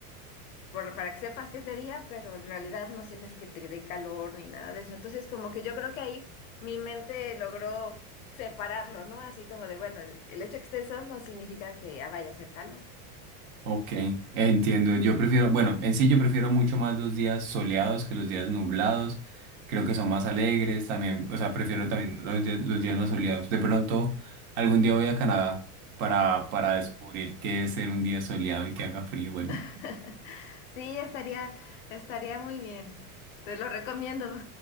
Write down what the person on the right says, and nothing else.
Ok, entiendo. Yo prefiero, bueno, en sí yo prefiero mucho más los días soleados que los días nublados. Creo que son más alegres también, o sea, prefiero
también los, di- los días no soleados. De pronto, algún día voy a Canadá para, para descubrir qué es ser un día soleado y que haga frío. Bueno,